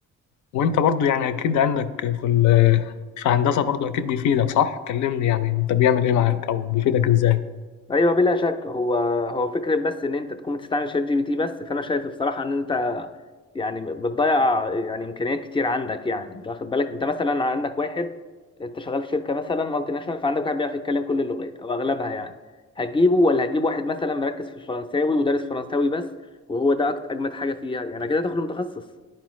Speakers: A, on the left; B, on the left.
A: وانت برضو يعني اكيد عندك في ال في هندسة برضو اكيد بيفيدك صح كلمني يعني انت بيعمل ايه معاك او بيفيدك ازاي
B: ايوه بلا شك هو هو فكره بس ان انت تكون بتستعمل شات جي بي تي بس فانا شايف بصراحه ان انت يعني بتضيع يعني امكانيات كتير عندك يعني انت واخد بالك انت مثلا عندك واحد انت شغال في شركه مثلا مالتي ناشونال فعندك واحد بيعرف يتكلم كل اللغات او اغلبها يعني هتجيبه ولا هتجيب واحد مثلا مركز في الفرنساوي ودارس فرنساوي بس وهو ده أكت- اجمد حاجه فيها يعني كده تاخد متخصص